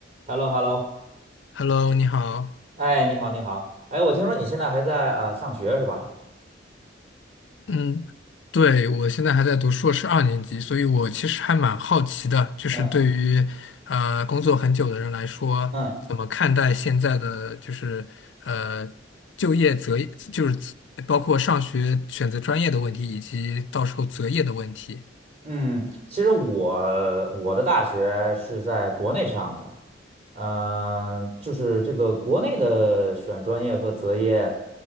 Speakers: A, on the right (about 40°); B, on the left (about 80°).
A: h e l l o h e l l o
B: Hello，你好。
A: 哎，你好，你好，哎，我听说你现在还在呃上学是吧？
B: 嗯，对，我现在还在读硕士二年级，所以我其实还蛮好奇的，就是对于呃工作很久的人来说，
A: 嗯嗯
B: 怎么看待现在的就是呃就业择业，就是包括上学选择专业的问题，以及到时候择业的问题。
A: 嗯，其实我我的大学是在国内上的，嗯、就是这个国内的选专业和择业，